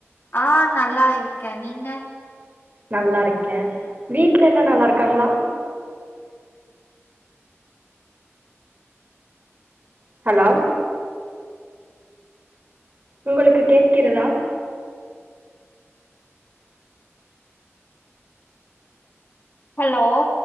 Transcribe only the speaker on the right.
நல்லா இருக்கே வீட்ல எல்லா நல்லா இருக்காங்களா ஹலோ உங்களுக்கு கேட்கிறதா